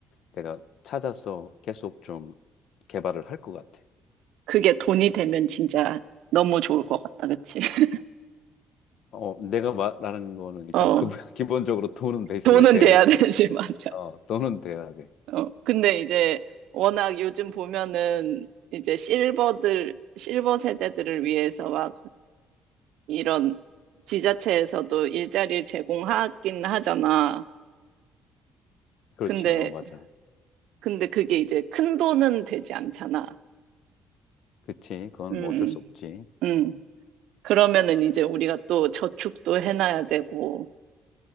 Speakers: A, on the left; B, on the right.
A: 내가 찾아서 계속 좀 개발을 할 것 같아.
B: 그게 돈이 되면 진짜 너무 좋을 것 같다, 그치? <laughs>
A: 어, 내가 말하는 거는 일단
B: 어,
A: 그, <laughs> 기본적으로 돈은 베이스가
B: 돈은
A: 되어
B: 돼야
A: 있어야
B: 되지,
A: 돼.
B: <laughs> 맞아.
A: 어, 돈은 돼야 돼.
B: 어, 근데 이제 워낙 요즘 보면은 이제 실버들, 실버 세대들을 위해서 막 이런 지자체에서도 일자리를 제공하긴 하잖아.
A: 그렇지.
B: 근데,
A: 어, 맞아.
B: 근데 그게 이제 큰 돈은 되지 않잖아.
A: 그치. 그건
B: 음,
A: 뭐 어쩔 수 없지.
B: 음. 그러면은 이제 우리가 또 저축도 해놔야 되고.